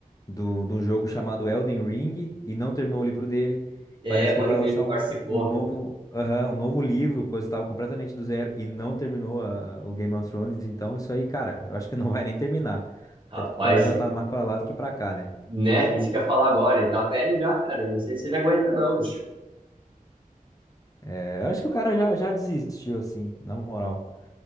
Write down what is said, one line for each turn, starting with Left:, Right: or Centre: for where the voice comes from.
Left: do, do jogo chamado Elden Ring, e não terminou o livro dele.
Right: É,
Left: Parece
Right: pode
Left: que ele vai
Right: crer,
Left: lançar
Right: ele participou.
Left: um, um novo, aham, um novo livro, coisa e tal, completamente do zero, e não terminou a- a- o Game of Thrones. Então, isso aí, cara, eu acho que não vai nem terminar.
Right: Rapaz,
Left: Até porque o cara já tá mais pra lá do que pra cá, né?
Right: né? Isso que eu ia falar agora. Ele tá velho já, cara. Eu não sei se ele aguenta, não, bicho.
Left: É, eu acho que o cara já, já desistiu, assim, na moral.